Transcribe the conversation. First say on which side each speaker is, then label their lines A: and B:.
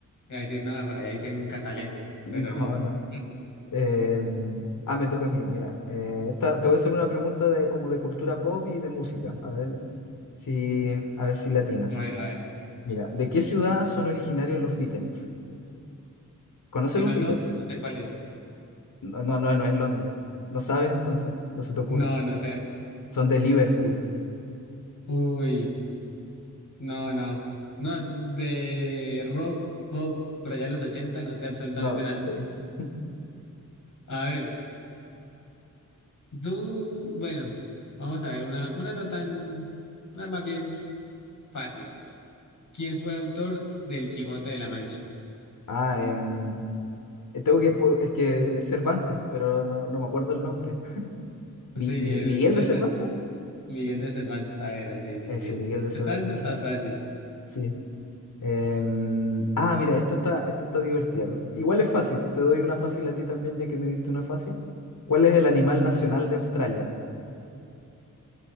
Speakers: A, on the left; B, on the left.
A: iba a decir, no, por allá hice un catalejo,
B: No,
A: pero no.
B: no.
A: Ujú.
B: Eh, ah, me toca a mí. Mira, eh, esta, te voy a hacer una pregunta de como de cultura pop y de música. A ver si, a ver si latinas.
A: A ver, a ver.
B: Mira, ¿de qué ciudad son originarios los Beatles? ¿Conoces
A: Si no
B: los
A: es
B: Beatles?
A: Londres, no
B: po?
A: sé cuál es.
B: No, no, no, no es Londres. ¿No sabes entonces? No se te ocurre.
A: No, no sé.
B: Son de Liverpool.
A: Uy, no, no. No, de rock, pop, por allá los 80 no sé absolutamente
B: No.
A: nada.
B: eh, <laughs>
A: A ver, tú, bueno, vamos a ver una, una no tan, una más bien fácil. ¿Quién fue el autor del Quijote de la Mancha?
B: Ah, em, eh, tengo que, pu- es que es Cervantes, pero no, no me acuerdo el nombre. Mi-
A: Sí,
B: mi-
A: el,
B: ¿Miguel
A: ese
B: de Cervantes?
A: Miguel de Cervantes Saavedra,
B: Sí.
A: sí, sí,
B: Ese,
A: sí.
B: Miguel de Cervantes.
A: Está dentro, está fácil. <laughs>
B: Sí. Em, ah, mira, esto está, esto está divertido. Igual es fácil, pues, te doy una fácil a ti también, ya que me diste una fácil. ¿Cuál es el animal nacional de Australia?